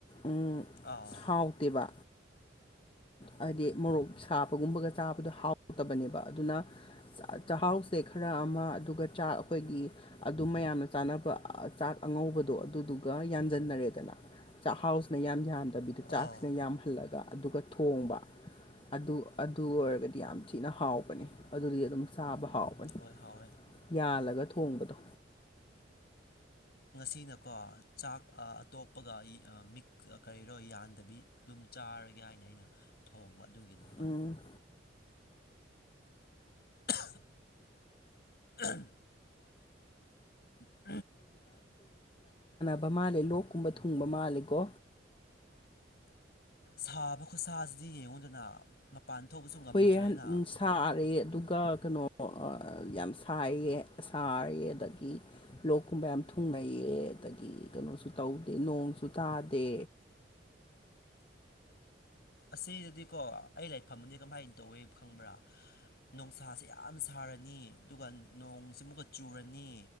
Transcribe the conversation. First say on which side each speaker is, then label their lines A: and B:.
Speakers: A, on the left (about 30°); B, on the left (about 55°).
A: ꯎꯝ
B: ꯑꯥ
A: ꯍꯥꯎꯇꯦꯕ ꯍꯥꯏꯗꯤ ꯃꯣꯔꯣꯛ ꯁꯥꯕꯒꯨꯝꯕꯒ ꯆꯥꯕꯗ ꯍꯥꯎꯇꯕꯅꯦꯕ ꯑꯗꯨꯅ ꯆ ꯆꯥꯛꯍꯥꯎ ꯁꯦ ꯈꯔ ꯑꯃ ꯑꯗꯨꯒ ꯆꯥꯛ ꯑꯩꯈꯣꯏꯒꯤ ꯑꯗꯨꯝ ꯃꯌꯥꯝꯅ ꯆꯥꯅꯕ ꯆꯥꯛ ꯑꯉꯧꯕꯗꯣ ꯑꯗꯨ ꯑꯗꯨꯒ ꯌꯥꯟꯖꯟꯅꯔꯦꯗꯅ ꯆꯥꯛꯍꯥꯎꯁꯤꯅ ꯌꯥꯝ ꯌꯥꯝꯗꯕꯤꯗ ꯆꯥꯛꯁꯤꯅ
B: ꯑꯥ
A: ꯌꯥꯝꯍꯜꯂꯒ ꯑꯗꯨꯒ ꯊꯣꯡꯕ ꯑꯗꯨ ꯑꯗꯨ ꯑꯣꯏꯔꯒꯗꯤ ꯌꯥꯝ ꯊꯤꯅ ꯍꯥꯎꯕꯅꯦ ꯑꯗꯨꯗꯤ ꯑꯗꯨꯝ ꯆꯥꯕ ꯍꯥꯎꯕꯅꯤ
B: ꯍꯣꯏ ꯍꯥꯎꯋꯦ
A: ꯌꯥꯜꯂꯒ ꯊꯣꯡꯕꯗꯣ
B: ꯁꯤꯅꯀꯣ ꯆꯥꯛ ꯑꯇꯣꯞꯄꯒ ꯃꯤꯛꯁ ꯀꯔꯤꯔꯣ ꯌꯥꯟꯗꯕꯤ ꯑꯗꯨꯝ ꯆꯥꯔꯦ ꯔꯒꯦ ꯍꯥꯏꯅ ꯑꯩꯅ ꯊꯣꯡꯕ ꯑꯗꯨꯒꯤꯅꯦꯕ
A: ꯎꯝ
B: ꯑꯍꯨ ꯑꯍꯨ ꯑꯝ ꯎꯝ
A: ꯕ ꯃꯥꯜꯂꯦ ꯂꯣꯛꯀꯨꯝꯕ ꯊꯨꯡꯕ ꯃꯥꯜꯂꯦꯀꯣ
B: ꯁꯥꯕ ꯈꯨꯠꯁꯥꯁꯤꯗꯤ ꯌꯦꯡꯉꯨꯗꯅ ꯃꯄꯥꯟ ꯊꯣꯛꯄꯁꯨ ꯉꯝꯗ꯭ꯔꯦꯅ
A: ꯍꯨꯏꯌꯦꯟ ꯎꯝ ꯁꯥꯔꯦ ꯑꯗꯨꯒ ꯀꯩꯅꯣ ꯑꫭ ꯌꯥꯝ ꯁꯥꯏꯑꯦ ꯁꯥꯏꯌꯦ ꯑꯗꯒꯤ ꯂꯣꯛꯀꯨꯝꯕ ꯌꯥꯝ ꯊꯨꯡꯅꯩꯌꯦ ꯑꯗꯒꯤ ꯀꯩꯅꯣꯁꯨ ꯇꯧꯗꯦ ꯅꯣꯡꯁꯨ ꯇꯥꯗꯦ
B: ꯑꯁꯤꯗꯗꯤꯀꯣ ꯑꯩ ꯂꯥꯏꯛꯐꯝꯅꯅꯤꯒꯝ ꯀꯃꯥꯏꯅ ꯇꯧꯋꯦ ꯈꯪꯕ꯭ꯔꯥ ꯅꯨꯡꯁꯥꯁꯦ ꯌꯥꯝ ꯌꯥꯝ ꯁꯥꯔꯅꯤ ꯑꯗꯨꯒ ꯅꯣꯡꯁꯤꯃꯨꯛꯀ ꯆꯨꯔꯅꯤ